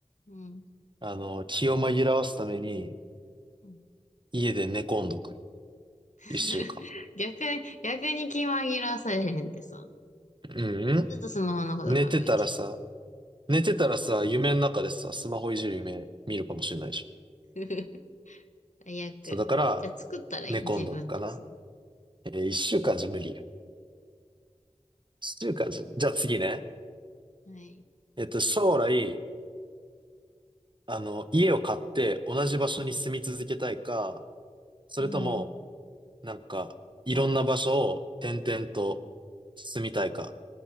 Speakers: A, on the left (about 80°); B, on the right (about 40°).
A: うん、
B: あの、気を紛らわすために
A: うん
B: 家で寝込んどく。
A: <laughs>。
B: 一週間。
A: 逆に、逆に気紛らわされへんってさ。
B: うん。
A: ちょっとスマホのこと考えち
B: 寝てたらさ、寝てたらさ、夢の中でさ、スマホいじる夢見るかもしれないじゃん。
A: ゃう。<laughs> 最悪。
B: そう、だから
A: じゃあ作ったらいいの自分で、
B: 寝込んどくかな。
A: スマホ。
B: えー、一週間じゃ無理よ。中華人。じゃあ次ね。
A: はい。
B: えっと、将来、あの、家を買って同じ場所に住み続けたいか、それとも、
A: うん。
B: なんか、いろんな場所を転々と住みたいか、